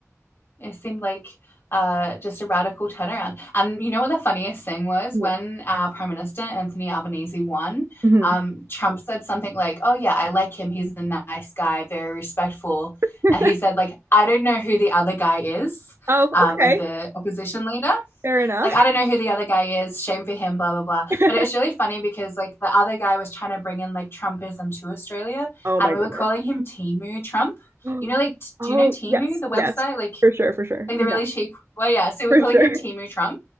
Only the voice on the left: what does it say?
it seemed like uh, just a radical turnaround. And you know what the funniest thing was?
When our Prime Minister, Anthony Albanese, won,
um, Trump said something like, Oh, yeah, I like him. He's a nice guy, very respectful.
And he said, like, I don't know who the other guy is,
um,
like the opposition leader.
Like, I don't know who the other guy is. Shame for him, blah, blah, blah.
But it was really funny because, like, the other guy was trying to bring in, like, Trumpism to Australia.
And
we
were calling him Timu Trump.
You know, like,
do you know Timu,
the website?
Like,
like the
really cheap. Well, yeah. So we're
calling
him Timu Trump,